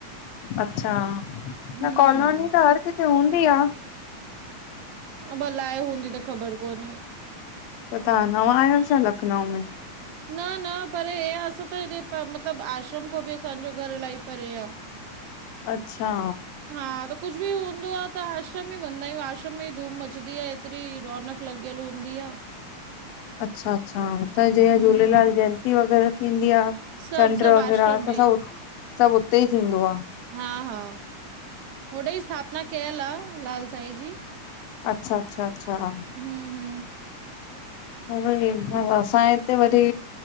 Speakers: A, on the left (about 65°); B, on the right (about 55°).
A: अच्छा
B: हम्म
A: न कॉलोनी
B: हम्म
A: त हर किथे हूंदी आहे।
B: अब लाइ हूंदी त ख़बर कोन्हे।
A: त तव्हां नवां आहियो छा? लखनऊ में
B: न न परे हे असां त हेॾे मतिलबु आश्रम खां बि असांजो घर इलाही परे आह।
A: अच्छा
B: हा त कुझु बि हूंदो आह, त आश्रम ई वेंदा आहियूं। आश्रम में ई धूम मचंदी आह। तरी रौनक लॻियल हूंदी आह।
A: अच्छा अच्छा हुते जीअं
B: हम्म,
A: झूलेलाल जयंती वग़ैरह थींदी आह।
B: सभु
A: चंड्रु
B: सभु
A: वग़ैराह
B: आश्रम
A: त
B: में ई,
A: सभु सभु उते ई थींदो आह।
B: हा हा होॾे स्थापना कयल आह। लाल साई जी।
A: अच्छा अच्छा अच्छा
B: हू हू
A: उहो ई री असांजे हिते वरी